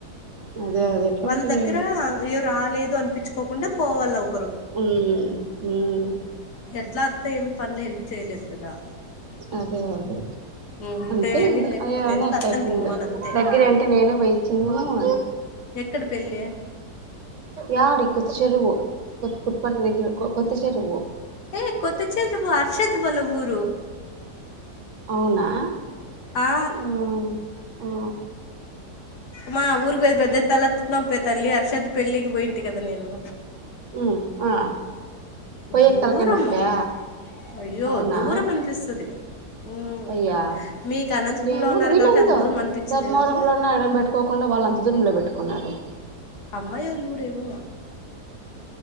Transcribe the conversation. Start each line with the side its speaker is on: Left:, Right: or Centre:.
Right: అదే అదేట్లో
Left: వాళ్ళ
Right: అట్ల
Left: దగ్గర
Right: చేయ్యల్ల
Left: అయ్యో రాలేదు అనిపిచ్చుకోకుండా పోవాల ఒకరు
Right: ఆం ఉమ్మ్
Left: ఎట్లా అత్త ఏం పనులు హెల్ప్ చేయలేదు కదా
Right: అదే అదే
Left: ఉమ్, ఉంటేనేమి
Right: అంతే ఇంగ
Left: లేకపోతే
Right: అయ్యో అనే
Left: ఎందుకు అత్తని బొమ్మను
Right: <inaudible>
Left: అంతే
Right: దగ్గర అంటే నేనే బొయ్యొచ్చిన్ను
Left: ఎక్కడ పెళ్ళి
Right: యాడి కొత్త చెరువు కొత్తు కొత్తపల్లి దగ్గిర కొ కొత్త చెరువు
Left: ఏ కొత్తచెరువు అర్షద్ వాళ్ళ ఊరు
Right: అవునా
Left: ఆ
Right: ఊ ఊ
Left: మా అ ఊరికి పొయ్యేది పెద్ద <inaudible> పే తల్లి హర్షద్ పెళ్ళికి పోయింటి కదా నేను
Right: ఊ ఆ పొయ్యేకి
Left: దూరము
Right: తలకాయ్ నొప్పా
Left: అయ్యో
Right: అవునా
Left: దూరం అనిపిస్తది ఉమ్
Right: అయ్యా
Left: మీకు అనంతపురంలో
Right: ఇంగేమో
Left: ఉన్నారు
Right: నువ్ వినంతా
Left: కాబట్టి అంత దూరం అనిపించదేమో
Right: ధర్మవరంలోనో ఎడం పెట్టుకోకుండా వాళ్ళంత దూరంలో పెట్టు కున్నాడు
Left: అమ్మాయోళ్ళూరేమో